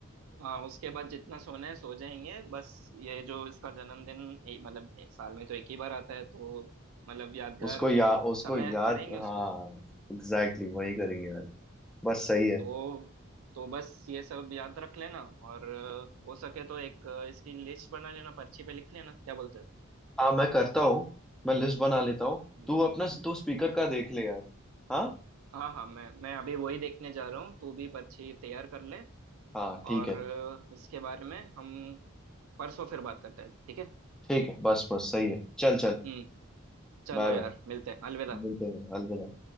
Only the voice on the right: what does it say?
हाँ उसके बाद जितना सोना है सो जाएंगे बस ये जो इसका जन्मदिन ए- मतलब ए- साल में तो एक ही बार आता है तो मतलब यादगार
समय
करेंगे
उसको
तो तो बस ये सब याद रख लेना और अ, हो सके तो एक अ, इसकी लिस्ट बना लेना पर्ची पे लिख लेना क्या बोलते हो
हम्म।
हाँ हाँ मैं मैं अभी वही देखने जा रहा हूँ तू भी पर्ची तैयार कर ले
और
अ, इसके बारे में हम परसों फिर बात करते हैं ठीक है
हम्म चलो
यार मिलते हैं अलविदा